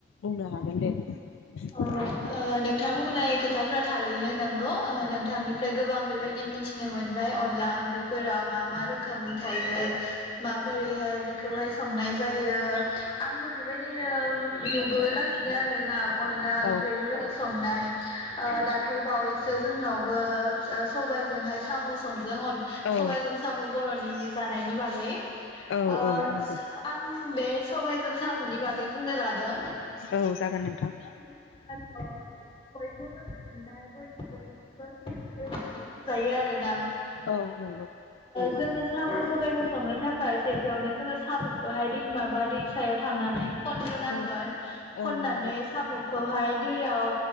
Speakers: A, on the left (about 85°); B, on the left (about 30°).
A: बुंनो हागोन दे। <inaudible>
B: औ ओ नोंथां बुंनाय खोथाफ्रा थारैनो नंगौ नोंथांनिफ्राय गोबां बेबायदि मिथि थिनो मोनबाय अनला ओंख्रिफोरा मा मा रोखोमनि थायो माबोरैहाय बेखौ संनाय जायो आंबो बेबायदिनो नुबोगासिनो आरो ना अनला
A: औ
B: ओंख्रिखौ <unintelligible> संनाय ओ दाख्लै बावैसो जोंनावबो ओ सबायजोंहाय साम' सं जोंआन
A: औ
B: सबायजों सामु बर'नि जानायनि बागै ओ
A: औ औ नंगौ
B: आं बे सबायजों साम'नि बागै बुंनो लादों
A: औ जागोन नोंथां
B: बुङोब्लाथ' बयबो मोजां मोननाय बयनिबो फेब्रेट होननानै बुंजायो आरोना
A: औ नंगौ
B: जोङो साम' सबबायखौ संनो थाख सेथियावनो जोङो साम'खौहाय दै माबा दैसायाव थांनानै खनग्रोनांगोन
A: औ औ
B: खननानै
A: नंगौ
B: साम' खौहाय दैयाव